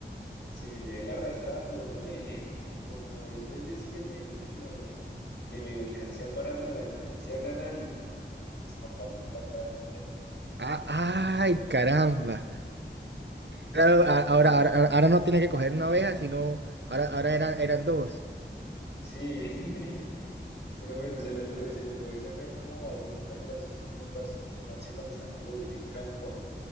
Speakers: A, on the left; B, on the right.
A: sí me llevé la arrastrada, pero no me dejé. Como después de 100 metros que me, que medio alcancé a pararme, la alcancé a agarrar y corren mis papás detrás para cogerla.
B: Ah, ay, caramba. Claro, a- ahora,
A: Pero
B: ahora, ahora no tiene que coger una abeja, sino ahora, ahora eran, eran dos.
A: sí, <laughs> pero bueno, se logró, se logró. Esa fue como algo súper gracioso que me pasó en la infancia cuando estábamos allá en el campo